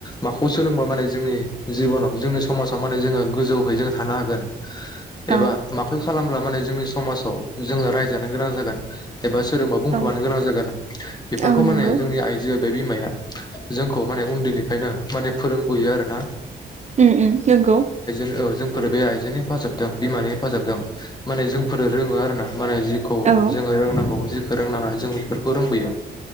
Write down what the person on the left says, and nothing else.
माखौ सोलोंबा माने जोंनि जिबनाव जोंनि समाजाव माने जोङो गोजौहै जों थानो हागोन एबा
माखौ खालामब्ला माने जोंनि समाजाव जोङो रायजानो गोनां जागोन एबा सोरोंबा बुंखोमानो
गोनां जागोन बेफोरखौ
माने जोंनि आइजो बे बिमाया जोंखौ माने उन्दैनिफ्रायनो माने फोरोंबोयो आरो ना
औ जोंफोरो बे आइजो हिफाजाबदों बिमानि हेफाजाबदों माने जोंफोरो रोङो आरो ना- माने जिखौ
जोङो रोंनांगौ फोरोंनाङा जों बेफोरखौ रोंबोयो।